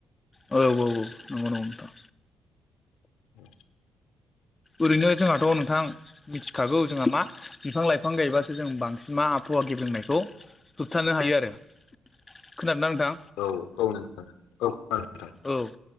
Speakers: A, on the left; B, on the left.
A: औ औ औ नंगौ नंगौ नोंथां।
B: औ
A: ओरैनो जोंहाथ नोंथां मिथिखागौ जोंहा मा बिफां लाइफां गायबासो बांसिन मा आफाववा गेबेंनायखौ होबथानो हायो आरो। खोनादोंना नोंथां
B: औ औ नोंथां। औ खोनादों
A: औ